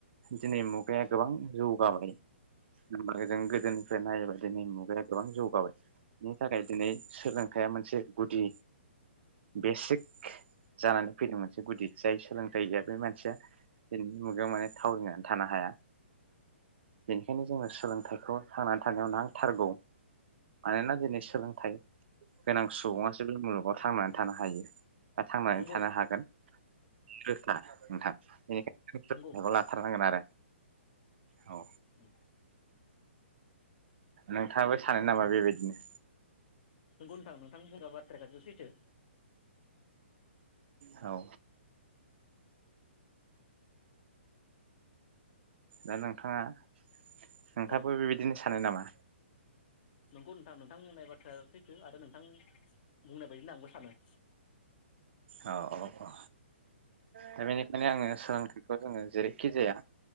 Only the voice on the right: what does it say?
दिनै मुगाया गोबां जौगाबायब उमबो जों गोदोनिफ्राय नायोबा दिनै मुगाया गोबां जौगाबाय बिनि थाखाय दिनै सोलोंथाइया मोनसे गुदि बेसिक जानानै फैदों मोनसे गुदि जाय सोलोंथाइ गैया बे मानसिया दिनैनि मुगायाव माने थाविनानै थानो हाया बेनिखायनो जोङो सोलोंथाइखौ थांनानै थानायाव नांथारगौ मानोना दिनै सोंलों थाय गोनां सुबुंआसो बे मुलुगाव थांनानै थानो हायो। बा थांनानै
थानो हागोन गोखा नोंथां बेनिखायनो
खौ लाथारनांगोन आरो। औ
नोंथाङाबो सानो नामा बेबायदिनो?
औ दा नोंथाङा नोंथाङाबो
बेबायदिनो सानो नामा?
औ औ औ दा बेनिखायनो आङो सोलोंथा खौ जोङो जेरैखि जाया